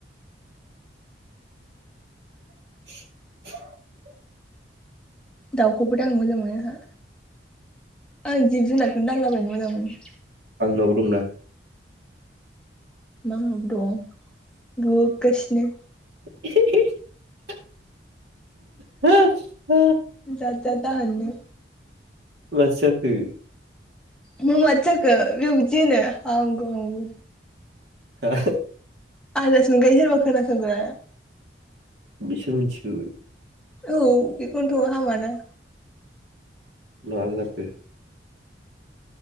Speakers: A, on the right; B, in the centre.
A: <inaudible>
B: दाउखौबो दांनो मोजां मोनो आंहा आं जिब जुनारखौनो दांलाबायनो मोजां मोनो <inaudible>
A: आं नावबो दंना
B: मा दं बुगासिनो
A: <inaudible> <inaudible>
B: जाद जाद दाहोननो
A: माथो जाखो
B: मा माथो जाखो बेयाव इदि होनो हामगौ हामगौ
A: हो
B: आनदास मोनखायो खोना संग्राया <unintelligible>
A: बिसो मिथिगो
B: औ बेखथ' हामाना
A: मा जाखो